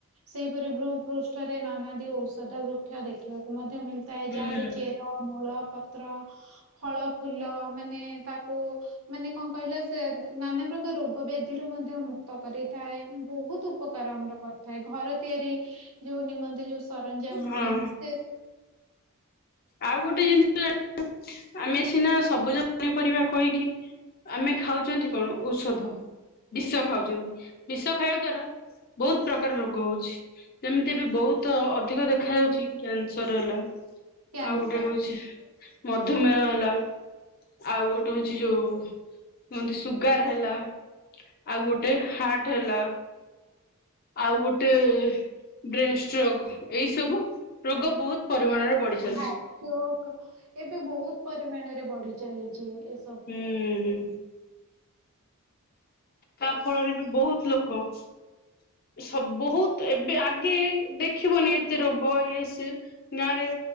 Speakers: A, on the right (about 70°); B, on the left (about 40°).
A: ସେହିପରି ଭୃ ପୃଷ୍ଠରେ ନାନାଦି ଔଷଧ ବୃକ୍ଷ ଦେଖିବାକୁ ମଧ୍ୟ ମଧ୍ୟ ମିଳିଥାଏ
B: ହୁଁ
A: ଯାହାର ଚେର ମୂଳ ପତ୍ର । ଫଳ ଫୁଲ ମାନେ ତା ମାନେ କଣ କହିଲା ସେ ନାନା ପ୍ରକାର ରୋଗ ବ୍ୟାଧିରୁ ମଧ୍ୟ ମୁକ୍ତ କରିଥାଏ ବହୁତ ଉପକାର ଆମର କରିଥାଏ ଘର ତିଆରି ଯୋଉ ନିମନ୍ତେ ଯୋଉ ସରଞ୍ଜାମ
B: ହଁ
A: ସେ
B: ଆଉ ଗୋଟେ ଜିନିଷ <unintelligible> ଆମେ ସିନା ସବୁଜ ପନିପରିବା କହିକି ଆମେ ଖାଉଛନ୍ତି କଣ ଔଷଧ ବିଷ ଖାଉଛନ୍ତି ବିଷ ଖାଇବା ଦ୍ଵାରା ବହୁତ ପ୍ରକାର ରୋଗ ହଉଛି ଯେମିତି ଏବେ ବହୁତ ଅଧିକ ଦେଖାାଯାଉଛି କ୍ୟାନସର ହେଲା
A: କ୍ୟାନସର
B: ଆଉ ଗୋଟେ ହଉଚି ମଧୁମେୟ ହେଲା। ଆଉ ଗୋଟେ ହଉଛି ଯୋଉ କୁହନ୍ତି ସୁଗାର ହେଲା। ଆଉ ଗୋଟେ ହାଟ୍ ହେଲା ଆଉ ଗୋଟେ ବ୍ରେନ୍ ଷ୍ଟ୍ରୋକ ଏଇ ସବୁ। ରୋଗ ବହୁତ ପରିମାଣରେ ବଢି ଚାଲି
A: ହାଟ୍ ଚୋକ୍ ଏବେ ବହୁତ ପରିମାଣରେ ବଢି ଚାଲିଚି ଏତ୍
B: ହୁଁ ହୁଁ। ତା ଫଳରେ ବି ବହୁତ ଲୋକ। ସ ବହୁତ ଏବେ ଆଗେ ଦେଖିବନି ଏତେ ରୋଗ ଇଏ ସିଏ । ଗାଁ ରେ